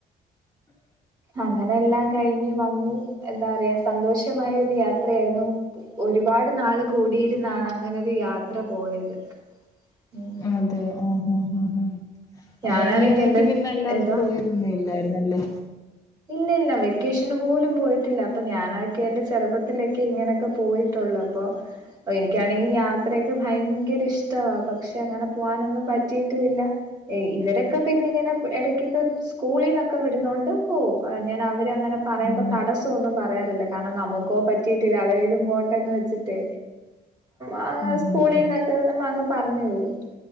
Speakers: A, on the left (about 20°); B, on the right (about 25°).
A: <unintelligible>
B: അങ്ങനെ എല്ലാം കഴിഞ്ഞ് വന്നു എന്താറയാ സന്തോഷമായ ഒരു യാത്രയായിരുന്നു ഒരുപാട് നാള് കൂടിയിരുന്നാണ് അങ്ങനെരു യാത്ര പോയത് ഉം
A: അതെ ആഹ് ആഹ് ആഹ്
B: ഞാനാണെങ്കി
A: ഈ ഇടയ്ക്ക്
B: എന്റെ
A: പിന്നെ അല്ലാതെ
B: ഏതാ
A: പോയി ന്ന ഇല്ലായിരുന്നല്ലേ
B: ഇല്ലില്ല വെക്കേഷന് പോലും പോയിട്ടില്ല അപ്പൊ ഞാനക്കിയ എന്റെ ചെറുപ്പത്തിലൊക്കെ ഇങ്ങനെയൊക്കെ പോയിട്ടുള്ളൂ അപ്പോ അപ്പൊ എനിക്കാണെങ്കിൽ യാത്രയൊക്കെ ഭയങ്കര ഇഷ്ടവാ പക്ഷെ അങ്ങനെ പോവാനൊന്നും പറ്റിയിട്ടുല്ല ഏയ് ഇവരൊക്കെ പിന്നെ ഇങ്ങനെ ഇടക്കൊക്കെ സ്കൂളിന്നൊക്കെ വിടുന്നോണ്ട് പോവും ഞാൻ അവരങ്ങനെ പറയുമ്പോ
A: ഉം
B: തടസ്സൊ സ്സൊന്നും പറയാറില്ല കാരണം നമുക്കോ പറ്റിയിട്ടില്ല അവരെലും പോട്ടെ എന്ന് വെച്ചിട്ട് ആ
A: ഉം
B: സ്കൂളിൽന്നൊക്കെ
A: ഉം ഉം
B: വിടുമ്പോ അങ്ങ് പറഞ്ഞു വിടും